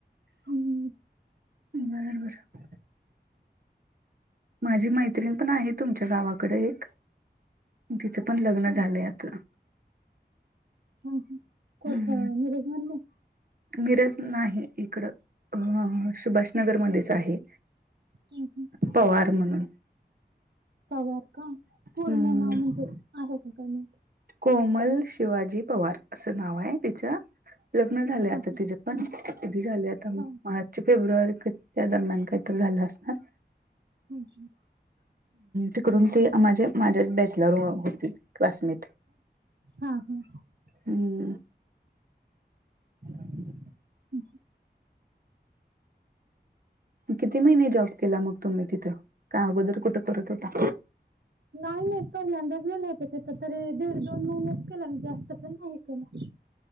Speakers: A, on the right (about 75°); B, on the right (about 55°).
A: हम्म.
B: बर बर. माझी मैत्रिण पण आहे तुमच्या गावाकडं एक, तिचं पण लग्न
A: होय.
B: झालंय आता.
A: हा ह,
B: हम्म
A: कोठ मिरज मधन?
B: मिरज नाही इकडं, अ सुभाषनगरमध्येच आहे.
A: <unintelligible>
B: पवार म्हणून.
A: पवार का, पूर्ण
B: हम्म
A: नाव म्हणजे आहे का काय माहीत.
B: कोमल शिवाजी पवार असं नाव आहे तिचं, लग्न झालं
A: हा
B: आता तिच्या पण कधी झालय आता,
A: हा
B: मार्च -फेब्रुवारी त्या दरम्यान काहीतरी झालं असणार
A: हम, हम.
B: तिकडून ते माझे माझ्याच बॅचलर होतीतं क्लासमेट.
A: हा, हा.
B: हम्म <unintelligible>
A: <unintelligible>
B: किती महिने जॉब केला मग तुम्ही तिथं, काय अगोदर कुठं करत होता.
A: नाही -नाही पहिल्याच गेले होते तिथे तरी दीड- दोन महिन्यात केला, मी जास्त पण नाही केला,